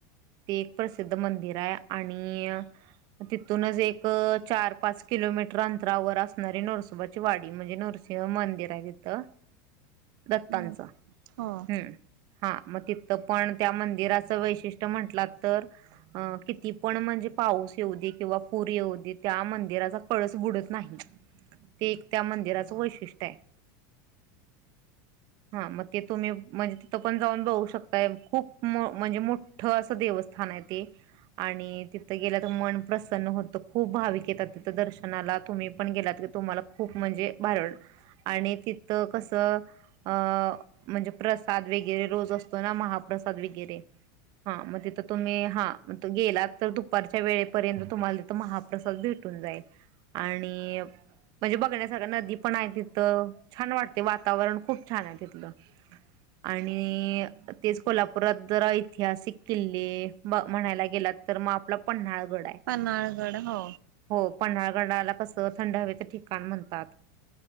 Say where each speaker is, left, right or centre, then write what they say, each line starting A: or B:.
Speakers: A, on the right; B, on the right.
A: ते एक प्रसिद्ध मंदिर आहे आणि तिथूनच एक चार पाच किलोमीटर अंतरावर असणारी नरसोबाची वाडी म्हणजे नरसिंह मंदिर आहे तिथं. दत्तच
B: हम्म
A: ह्म्म
B: हो
A: हा मग तिथं पण त्या मंदिराचं वैशिष्ट्य म्हंटला तर अ किती पण म्हणजे पाऊस येऊ दे किंवा पूर येऊ दे त्या मंदिराचा कळस बुडत नाही ते एक त्या मंदिराचं वैशिष्ट्य आहे. <unintelligible> हा मग ते तुम्ही म्हणजे तिथं पण जाऊन बघू शकताय खूप मो म्हणजे मोठ ठ असं देवस्थान आहे ते. आणि तिथं गेल्या तर मन प्रसन्न होतं खूप भाविक येतात तिथ दर्शनाला तुम्ही पण गेलात क तुम्हाला खूप म्हणजे भारी आणि तिथं कसं अ म्हणजे प्रसाद वगैरे रोज असतो ना महाप्रसाद वगैरे. हा मग तिथं तुम्ही हाग त गेलात तर दुपारच्या वेळेपर्यंत तुम्हाला तिथं महाप्रसाद भेट. जाईल आणि. म्हणजे बघण्या सगळं नदी पण आहे तिथं छान वाटते वातावरण खूप छान आहे तिथलं. आणि तेच कोल्हापुरात जरा ऐतिहासिक किल्ले. म्हणायला गेलात तर मग आपला पन्हाळगड आहे.
B: पनाळगड हो.
A: हो पन्हाळगडाला कसं थंड हवेच ठिकाण म्हणतात.